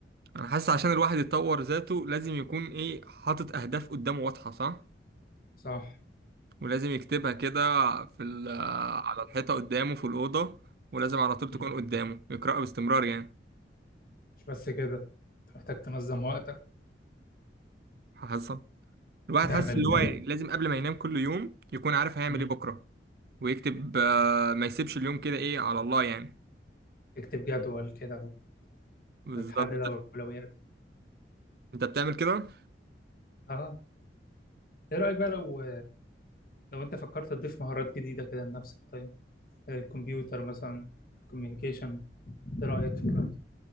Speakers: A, on the right; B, on the left.
A: انا حاسس عشان الواحد يطور ذاته لازم يكون ايه حاطط اهداف قدامه واضحه صح
B: صح
A: ولازم يكتبها كده في ال- على الحيطه قدامه في الاوضه ولازم على طول
B: مم.
A: تكون قدامه يقراها باستمرار يعني
B: مش بس كده انت محتاج تنظم وقتك
A: حاسس الواحد
B: تعمل
A: حاسس اللي هو لازم قبل ما ينام كل يوم يكون عارف هيعمل
B: مم.
A: ايه بكره ويكتب آه، ما يسيبش اليوم كده ايه على الله يعني
B: تكتب جدول كده
A: بالظبط
B: وتحدد اولوياتك
A: انت بتعمل كده
B: اه ايه رايك بقى لو لو انت فكرت تضيف مهارات جديده كده لنفسك طيب زي الكمبيوتر مثلا كوميونيكيشن ايه رايك في الكلام ده